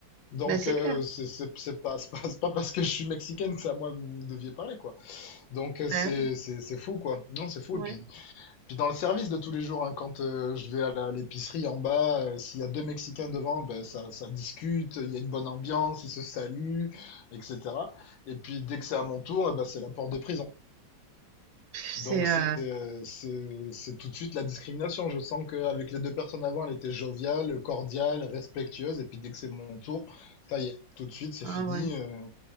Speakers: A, on the left; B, on the right.
A: Donc,
B: bah c'est
A: euh,
B: clair.
A: c'est c'est- c'est pas, c'est pas, c'est pas parce que je suis mexicaine que c'est à moi que vous deviez parler, quoi. Donc, euh,
B: Bah
A: c'est
B: oui.
A: c'est- c'est fou, quoi. Non, c'est fou.
B: Ouais,
A: Et puis, puis dans le service de tous les jours, hein, quand euh, je vais à la- l'épicerie en bas, euh, s'il y a deux Mexicains devant, ben, ça, ça discute, il y a une bonne ambiance, ils se saluent, etc. Et puis dès que c'est à mon tour, eh ben, c'est la porte de prison.
B: c'est,
A: Donc c'est
B: heu,
A: euh, c'est c'est tout de suite la discrimination. Je sens qu'avec les deux personnes avant, elle était joviale, cordiale, respectueuse. Et puis dès que c'est mon tour, ça y est, tout de suite, c'est
B: ah
A: fini.
B: ouais,
A: euh,